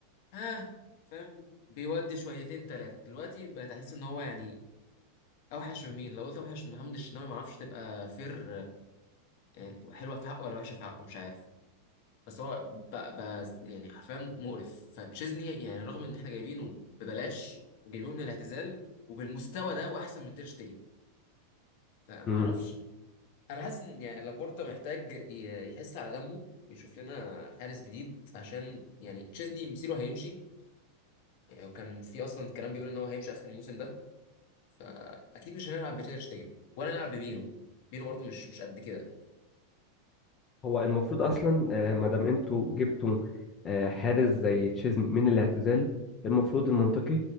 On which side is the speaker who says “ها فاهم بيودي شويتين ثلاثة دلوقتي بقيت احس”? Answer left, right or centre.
Left